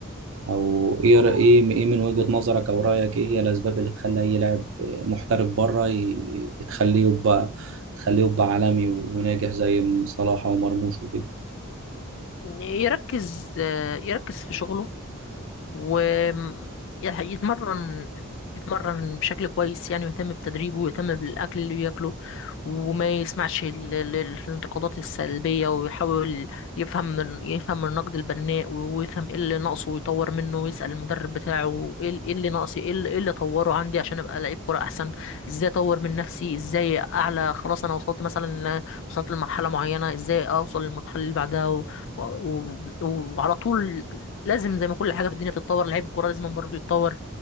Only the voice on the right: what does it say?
او ايه ر- ايه ايه من وجهة نظرك او رأيك ايه هي الاسباب اللي تخلي اي لاعب محترف بره ي- تخليه يبقى تخليه يبقى عالمي وناجح زي صلاح ومرموش وكده